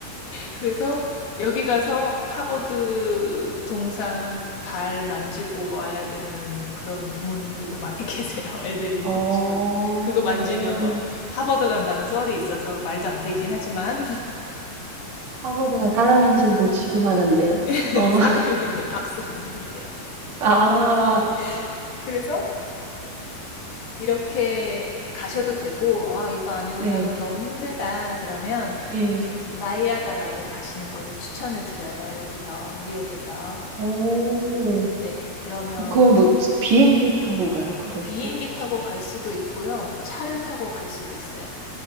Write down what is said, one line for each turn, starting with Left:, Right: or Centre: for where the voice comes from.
Left: 그래서 여기 가서 하버드 동상 발 만지고 와야 되는 그런 부모님들도 많이 <laughs> 계세요. 애들이 있는
Right: 어.
Left: 집은. 그거 만지면 뭐 하버드 간다는 썰이 있어서 말도 안 되긴 하지만
Right: 하버드가 사람인 줄도 지금 알았네요.
Left: <laughs>
Right: 어,
Left: 사람이래 박사님이세요.
Right: <laughs> 아,
Left: 네. <laughs> 그래서 이렇게 가셔도 되고, 아, 이거 아니고
Right: 네,
Left: 나는 너무 힘들다. 그러면
Right: 예.
Left: 저는 나이아가라를 가시는 걸 추천을 드려요. 여기서, 뉴욕에서.
Right: 오,
Left: 네, 그러면
Right: 그건
Left: 이제
Right: 뭐 비행기 타고 가요? 그것도?
Left: 비행기 타고 갈 수도 있고요. 차를 타고 갈 수도 있어요.